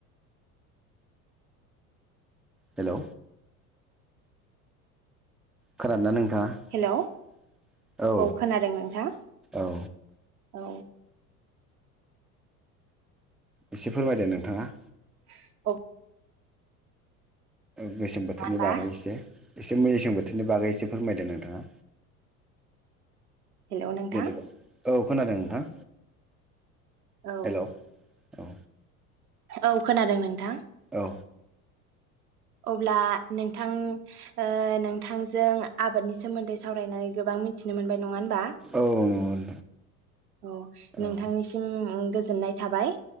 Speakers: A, in the centre; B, on the right (about 80°).
A: हेलौ खोनादोंना नों थांङा
B: हेलौ
A: औ
B: खोनादों नोंथां
A: औ ओ।
B: औ
A: इसे फोरमायदो नोंथाङा
B: <unintelligible>
A: मेसें बोथोरनि
B: होनबा
A: बागै एसे। एसे मेसें बोथोरनि बागै एसे फोरमायदो नोंथाङा।
B: हेलौ नोंथां?
A: जेनेबा औ खोनादों नोंथां?
B: औ
A: हेलौ औ
B: औ खोनादों नोंथां।
A: औ
B: अब्ला नोंथां ओ नोंथां जों आबादनि सोमोन्दै सावरायनानै गोबां मिथिनो मोनबाय नंङा होमबा?
A: औ नंगौ
B: औ
A: नोंथां
B: नोंथांनिसिम गोज जोननाय थाबाय।